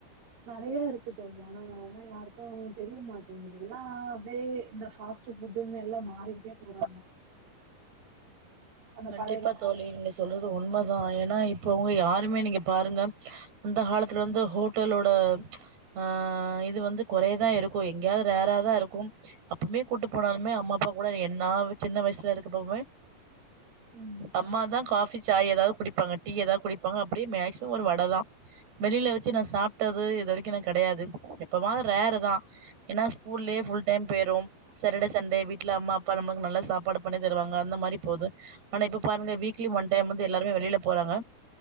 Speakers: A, on the right; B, on the right.
A: நறைய இருக்கு தோழி ஆனாலா யாருக்கோ தெரியமாட்டேங்குது எல்லா அப்டியே இந்த ஃபார்ஸ்ட் ஃபுட்டுனு எல்லா மாறிகிட்டே போறாங்க அந்த
B: கண்டிப்பா
A: பழைய வா-
B: தோழி நீங்க சொல்றது உண்மதா ஏன்னா இப்ப உங்க யாருமே நீங்க பாருங்க அந்த காலத்துல வந்து ஹோட்டலோ <unintelligible> ஆ இது வந்து குறையதா இருக்கோ எங்கேயாவது ரேரா தா இருக்கும் அப்பமே கூட்டு போனாலுமே அம்மா அப்பா கூட என்னா சின்ன வயசுல இருக்கப்பவுமே
A: ம்
B: அம்மாதா காஃபி சாய் ஏதாவது குடிப்பாங்க டீ ஏதா குடிப்பாங்க அப்டி மேக்ஸ் ஒரு வடை தா வெளில வெச்சு நா சாப்டது இது வரைக்கோ நா கெடையாது <unintelligible> எப்பமாது ரேரு தா ஏன்னா ஸ்கூல்லே ஃபுல் டைம் போய்ரோ சாட்டர்டே சண்டே வீட்ல அம்மாப் <unintelligible> நல்லா சாப்பாடு பண்ணி தருவாங்க அந்த மாதிரி போது ஆனா இப்ப பாருங்க வீக்லி ஒன் டைம் வந்து எல்லாருமே வெளில போறாங்க